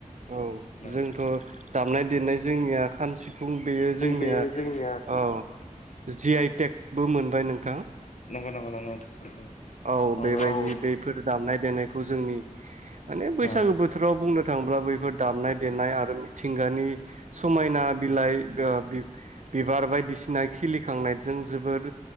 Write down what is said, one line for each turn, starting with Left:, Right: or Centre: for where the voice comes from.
Right: औ
Left: न
Right: जोंथ' दामनाय देनायजों जोंनिया खाम सिफुं बेयो जोंनिया
Left: बेयो जोंनिया
Right: औ जि आइटेकबो मोनबाय नोंथां।
Left: नंङौ नामा ना नोंथां।
Right: औ
Left: नंगौ
Right: बेबायदि बेफोर दामनाय देनायखौ जोंनि। माने बैसागो
Left: अ
Right: बोथोराव बुंनो थांब्ला बैफोर दामनाय देनाय आरो मिथिंगानि। समायना बिलाइ
Left: अ
Right: ओ बिब। बिबार बायदिसिना खिलिखांनायजों जोबोर